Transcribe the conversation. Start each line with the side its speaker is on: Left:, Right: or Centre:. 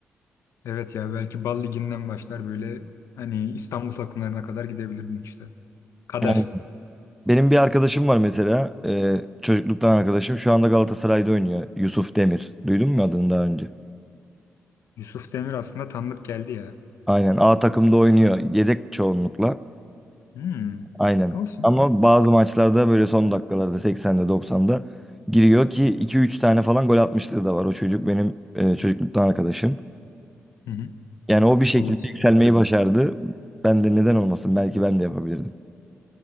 Left: Evet ya belki Bal Ligi'nden başlar böyle hani İstanbul takımlarına kadar gidebilirdin işte. Kader.
Centre: Yani Benim bir arkadaşım var mesela. e, çocukluktan arkadaşım. Şu anda Galatasaray'da oynuyor. Yusuf Demir. Duydun mu adını daha önce?
Left: Yusuf Demir aslında tanıdık geldi ya.
Centre: Aynen A takımda oynuyor. Yedek çoğunlukla.
Left: Hmm.
Centre: Aynen.
Left: Olsun.
Centre: Ama bazı maçlarda böyle son dakikalarda 80'de 90'da giriyor ki iki üç tane falan gol atmışlığı da var. O çocuk benim e, çocukluktan arkadaşım.
Left: Hı hı.
Centre: Yani o bir şekilde
Left: Vallahi süper
Centre: yükselmeyi
Left: ya.
Centre: başardı. Ben de neden olmasın? Belki ben de yapabilirdim.